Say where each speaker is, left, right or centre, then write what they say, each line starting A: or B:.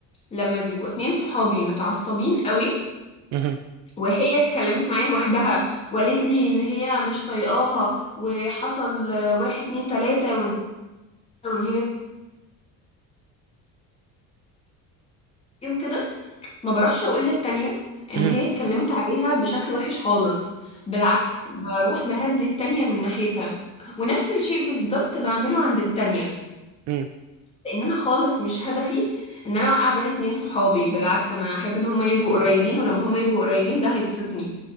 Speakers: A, on the left (about 15°); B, on the right (about 55°).
A: لما بيبقوا اتنين صحابي متعصبين قوي
B: مهم.
A: وهي اتكلمت معايا لوحدها وقالت لي ان هي مش طايقاها وحصل آه، واحد اتنين تلاتة وان وإن هي ايه وكده ما بروحش اقول للتانية ان
B: مهم.
A: هي اتكلمت عليها بشكل وحش خالص بالعكس بروح بهدي التانية من ناحيتها ونفس الشيء بالظبط بعمله عند التانية
B: مهم.
A: لان انا خالص مش هدفي ان انا اوقع بين اتنين صحابي بالعكس انا احب ان هما يبقوا قريبين ولما هما يبقوا قريبين ده هيبسطني